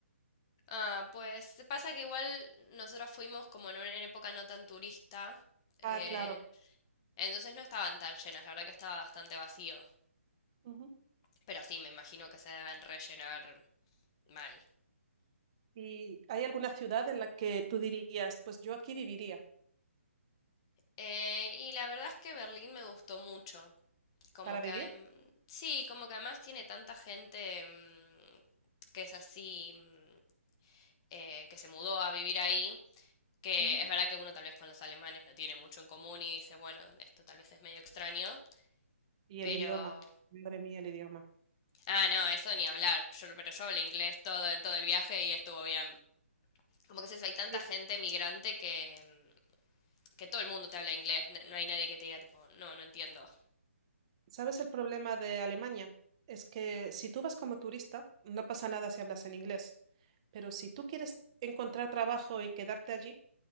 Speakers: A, on the left; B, on the right.
A: ah, pues pasa que igual nosotros fuimos como en una época no tan turista, eh,
B: Ah, claro.
A: entonces no estaban tan llenas, la verdad que estaba bastante vacío,
B: Ujú.
A: pero sí, me imagino que se deben rellenar mal.
B: ¿Y hay alguna ciudad en la que tú dirías, pues yo aquí viviría?
A: Eh, y la verdad es que Berlín me gustó mucho. Como
B: para vivir.
A: que adem- sí, como que además tiene tanta gente mm, que es así, mm, eh, que se mudó a vivir ahí, que
B: Ujú.
A: es verdad que uno tal vez con los alemanes no tiene mucho en común y dice, bueno, esto tal vez es medio extraño,
B: Y
A: pero...
B: el idioma, madre mía, el idioma.
A: Ah, no, eso ni hablar. Yo, pero yo hablé inglés todo el, todo el viaje y estuvo bien. Como que es eso, hay tanta
B: Sí.
A: gente migrante que, mm, que todo el mundo te habla inglés. n- No hay nadie que te diga tipo, no, no entiendo.
B: ¿Sabes el problema de Alemania? Es que si tú vas como turista, no pasa nada si hablas en inglés, pero si tú quieres encontrar trabajo y quedarte allí,